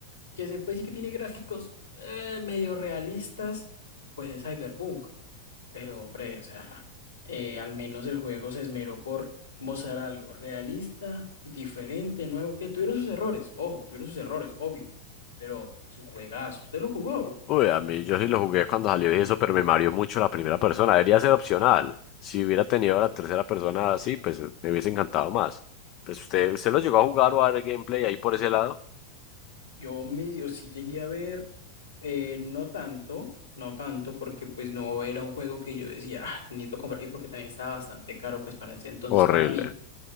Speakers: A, on the left (about 75°); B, on the left (about 40°).
A: que se puede decir que tiene gráficos eh, medio realistas, pues es Cyberpunk. Pero hombre, o sea, eh, al menos el juego se esmeró por mostrar algo realista, diferente, nuevo, que tuvieron sus errores, ojo, tuvieron sus errores, obvio, pero es un juegazo, usted lo jugó.
B: Uy, a mí yo sí lo jugué cuando salió y eso, pero me mareó mucho la primera persona. Debería ser opcional. Si hubiera tenido la tercera persona así, pues me hubiese encantado más. Pues usted, usted lo llegó a jugar o a ver gameplay ahí por ese lado.
A: Yo medio sí llegué a ver, eh, no tanto, no tanto, porque pues no era un juego que yo decía, "Ah, necesito comprar, y porque también estaba bastante caro, pues para ese entonces
B: Horrible.
A: para mí,